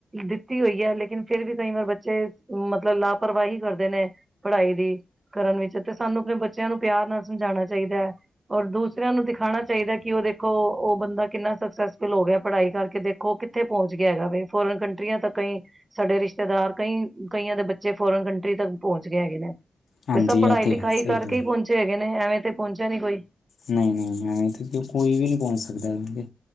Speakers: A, on the right (about 25°); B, on the left (about 75°).
A: ਦਿੱਤੀ ਹੋਈ ਹੈ, ਲੇਕਿਨ ਫਿਰ ਵੀ ਕਈ ਵਾਰ ਬੱਚੇ ਮਤਲਬ ਲਾਪਰਵਾਹੀ ਕਰਦੇ ਨੇ। ਪੜ੍ਹਾਈ ਦੀ ਕਰਨ ਵਿੱਚ, ਤੇ ਸਾਨੂੰ ਆਪਣੇ ਬੱਚਿਆਂ ਨੂੰ ਪਿਆਰ ਨਾਲ ਸਮਝਾਉਣਾ ਚਾਹੀਦਾ ਹੈ ਔਰ ਦੂਸਰਿਆਂ ਨੂੰ ਦਿਖਾਉਣਾ ਚਾਹੀਦਾ ਏ, ਕਿ ਉਹ ਦੇਖੋ ਉਹ ਬੰਦਾ ਕਿੰਨਾ ਸਕਸੈਸਫੁਲ ਹੋ ਗਿਆ ਪੜ੍ਹਾਈ ਕਰਕੇ ਦੇਖੋ ਕਿਥ ਕਿੱਥੇ ਪਹੁੰਚ ਗਿਆ ਹੈਗਾ ਵੇ, ਫੋਰਨ ਕੰਟਰੀਆਂ ਤੱਕ ਕਈ ਸਾਡੇ ਰਿਸ਼ਤੇਦਾਰ ਕਈ ਕਈਆਂ ਦੇ ਬੱਚੇ ਫੋਰਨ ਤੱਕ ਪਹੁੰਚ ਹੈਗੇ ਨੇ।
B: ਹਾਂਜੀ
A: ਤੇ ਸਭ ਪੜ੍ਹਾਈ
B: ਇਹ ਤੇ
A: ਲਿਖਾਈ
B: ਹੈ ਸਹੀ
A: ਕਰਕੇ
B: ਗੱਲ
A: ਹੀ ਪਹੁੰਚੇ ਹੈਗੇ ਨੇ, ਐਵੇਂ ਤੇ ਪਹੁੰਚਿਆ ਨੀ ਕੋਈ।
B: ਨਹੀਂ-ਨਹੀਂ, ਐਵੇਂ ਤੇ ਕੋਈ ਵੀ ਨਹੀਂ ਪਹੁੰਚ ਸਕਦਾ ਐਵੇਂ ਤੇ।